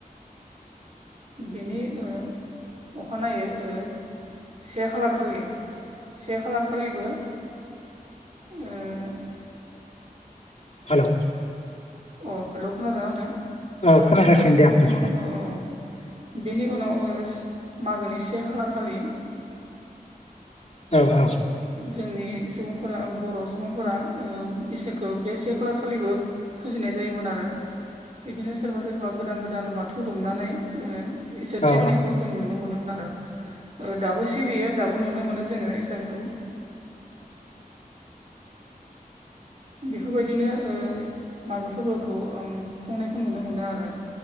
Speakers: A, on the right; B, on the left.
A: बिनि ओ अखानायै ओ से खालार खालि से खालार खालिबो अ
B: हेलौ
A: अ हेलौ खोनादों नोंथां
B: औ खोनागासिनो दे आं बुं
A: औ औ बेनि उनाव मागोनि से खालार खालि
B: औ औ
A: जोंनि सुबुंफोरा बर' सुबुंफोरा इसोरखौ बे से खालार खालिबो फुजिनाय जायोमोन आरो बिदिनो सोरबा सोरबा गोदान गोदान बाथौ दुमनानै इसोर सिबिनायखौ
B: औ
A: जों नुनो मोनोमोन आरो दाबो सिबियो दाबो नुनो मोनो जोङो <unintelligible> बेफोरबायदिनो मागो फोरबो खौ आं खुंनायखौ नुनो मोनो आरो